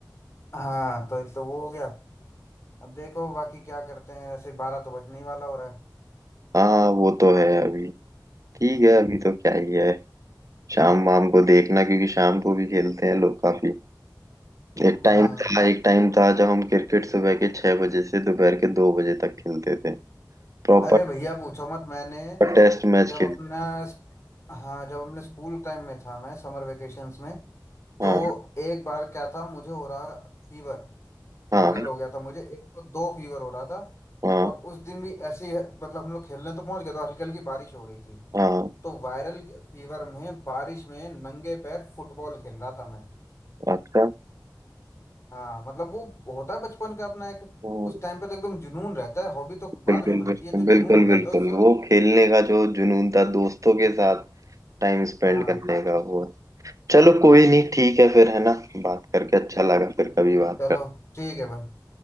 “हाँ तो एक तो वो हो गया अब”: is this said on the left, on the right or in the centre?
Left